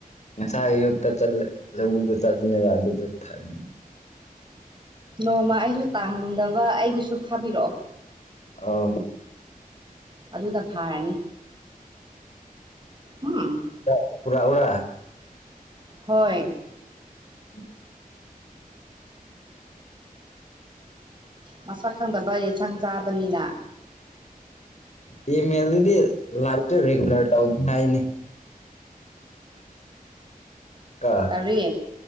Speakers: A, on the left; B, on the right.
A: ꯉꯁꯥꯏ ꯑꯌꯨꯛꯇ ꯆꯠꯂ ꯂꯧꯕꯨꯛꯇ ꯆꯠꯄꯅꯦꯕ ꯑꯗꯨꯗ ꯐꯪ
B: ꯅꯣꯡꯃ ꯑꯩꯁꯨ ꯇꯥꯡꯗꯕ ꯑꯩꯒꯤꯁꯨ ꯐꯥꯕꯤꯔꯛꯑꯣ
A: ꯑꯥꯎ
B: ꯑꯗꯨꯅ ꯐꯥꯔꯅꯤ ꯎꯝ
A: ꯄꯨ ꯄꯨꯔꯛ ꯎꯔꯥ
B: ꯍꯣꯏ
A: ꯎꯝ
B: ꯃꯁꯛ ꯈꯪꯗꯕ ꯌꯦꯟꯁꯥꯡ ꯆꯥꯕꯅꯤꯅ
A: ꯇꯤ ꯑꯦꯝ ꯑꯦꯜ ꯗꯨꯗꯤ ꯂꯥꯏꯠꯇ ꯔꯤꯒꯨꯂꯔ ꯇꯧꯅꯤꯉꯥꯏꯅꯤ ꯀꯣ
B: ꯀꯔꯤ